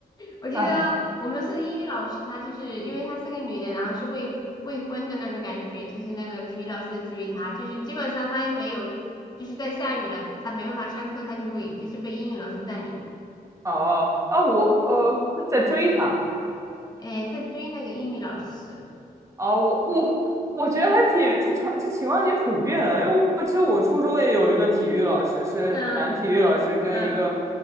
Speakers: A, on the left; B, on the right.
A: 我记得我们是英语老师，
B: 哎，
A: 她就是因为她是个女的，然后是未未婚的那种感觉，就是那个体育老师在追她，就是基本上她也没有，就是在下雨了，她没办法上课，她就会就是被英语老师占领，
B: 哦啊，我呃会在追他
A: 哎，在追那个英语老师，
B: 啊，我我我觉得还挺这情这情况挺普遍的，因为我我记得我初中也有一个体育老师是男体育老师跟一个
A: 嗯嗯，